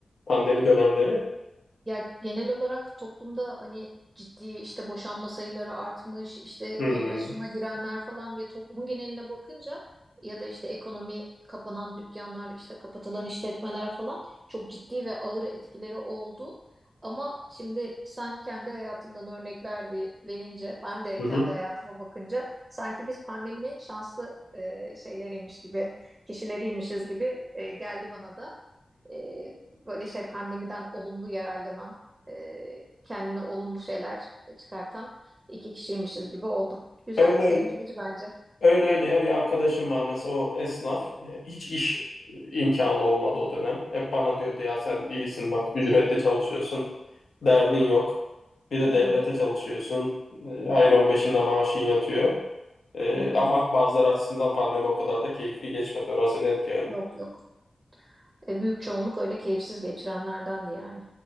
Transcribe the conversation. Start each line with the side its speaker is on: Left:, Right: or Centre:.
Left: pandemi dönemleri.
Right: Ya genel olarak toplumda hani ciddi işte boşanma sayıları artmış, işte
Left: Hmm.
Right: depresyona girenler falan diye toplumun geneline bakınca ya da işte ekonomi kapanan dükkanlar, işte kapatılan işletmeler falan çok ciddi ve ağır etkileri oldu. Ama şimdi sen kendi hayatından örnekler ve- verince, ben de
Left: Hı
Right: kendi
Left: hı.
Right: hayatıma bakınca sanki biz pandeminin şanslı e, şeyleriymiş gibi, kişileriymişiz gibi e, geldi bana da e, böyle şey pandemiden olumlu yararlanan, e, kendine olumlu şeyler çıkartan iki kişiymişiz gibi oldu. Güzel,
Left: Öyle
Right: sevindirici bence.
Left: Öyle öyle ya bir arkadaşım var mesela o esnaf E, hiç iş e, imkanı olmadı o dönem. Hep bana diyordu ya sen iyisin bak ücretle çalışıyorsun derdin yok. Bir de
Right: Hı
Left: devlete
Right: hı,
Left: çalışıyorsun E, ayın 15'inde maaşın yatıyor. E,
Right: hı hı.
Left: ama bazıları açısından pandemi o kadar da keyifli geçmedi orası net yani.
Right: Yok yok. E, büyük çoğunluk öyle keyifsiz geçirenlerdendi yani.